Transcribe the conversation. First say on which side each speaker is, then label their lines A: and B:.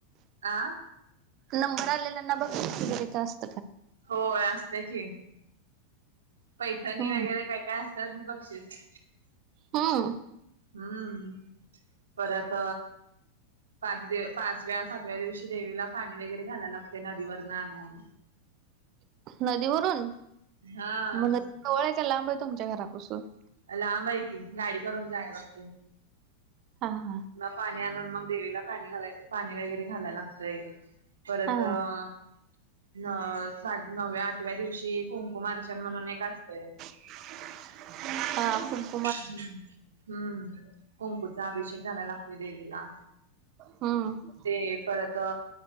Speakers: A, on the right; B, on the right.
A: आ..
B: नंबर आलेल्यांना बक्षीस <unintelligible>
A: होय असतंय की. पैठणी
B: हम्म
A: वगैरे काय, काय असत्यात बक्षीस.
B: हं..
A: हम्म परत. पाच पाचव्या सातव्या दिवशी देवीला पाणी वगैरे, घालायला लागते नदीवरन आणून.
B: नदीवरून
A: हा
B: मग नदी जवळ आहे, काय लांब आहे तुमच्या घरापासून.
A: लांब आहे की, गाडी करून जाय लागते.
B: हा हा.
A: मग पाणी आणून मग देवीला पाणी घा, पाणी वगैरे घालायला लागतंय. परत
B: हा
A: अ.. न साठ नवव्या आठव्या दिवशी. कुंमकुंम आर्चन म्हणून एक असतंय.
B: हा <unintelligible>
A: हम्म हम्म. कुंकुचा अभिषेक घालायला लागतोय देवीला.
B: हम्म
A: ते परत अ